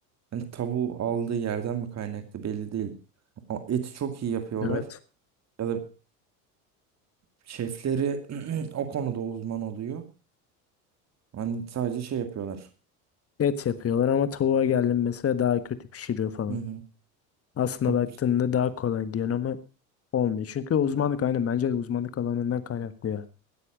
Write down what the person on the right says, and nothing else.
Hani tavuğu aldığı yerden mi kaynaklı belli değil. Ama eti çok iyi yapıyorlar.
Ya da Şefleri <clears throat> o konuda uzman oluyor. Hani sadece şey yapıyorlar.
Hı hı.
Abi,